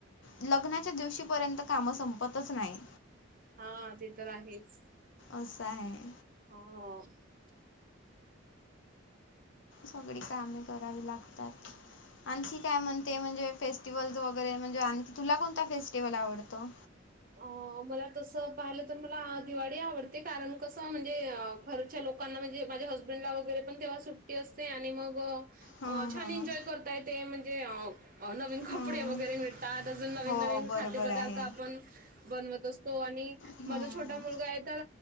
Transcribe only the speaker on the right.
हा, ते तर आहेच.
हो
अ- मला तसं पाहिलं तर मला अ दिवाळी आवडते कारण कसं म्हणजे अ घरच्या लोकांना म्हणजे माझ्या हजबंडला वगैरे पण तेव्हा सुट्टी असते आणि मग
अ
-छान एन्जॉय करता यतय म्हणजे अ अ -नवीन
कपडे वगैरे भेटतात, अजून नवीन
नवीन
खाद्यपदार्थ
आपण बनवत असतो. तो आणि
माझा छोटा मुलगा आहे तर,